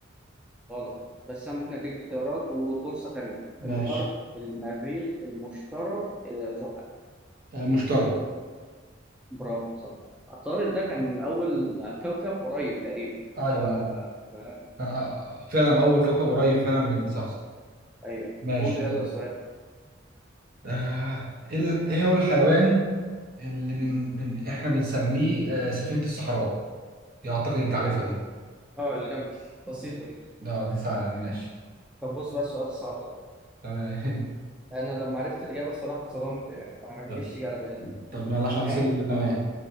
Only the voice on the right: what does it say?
ماشي
آه مشتري
ايوه
ايوه
كان آه، فعلا أول كوكب قريب فعلا من صح
ماشي
طيب.
آه ال- إيه هو الحيوان اللي بن... بن... إحنا بنسميه آه سفينة الصحراء دي أعتقد أنت عارفها دي
لا دي سهلة دي ماشي
تمام <laughs>
طب
طب يلا عشان اتصل
بيك تمام